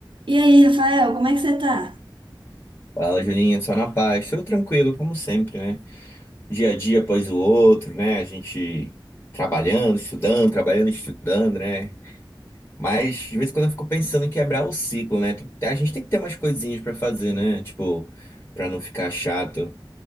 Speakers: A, on the right; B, on the left.
A: E aí, Rafael, como é que você tá?
B: Fala, Julinho, só na paz, tudo tranquilo, como sempre, né? Dia a dia após o outro, né? A gente trabalhando, estudando, trabalhando, estudando, né? Mas de vez em quando eu fico pensando em quebrar o ciclo, né? Tem- A gente tem que ter umas coisinhas pra fazer, né? Tipo, pra não ficar chato,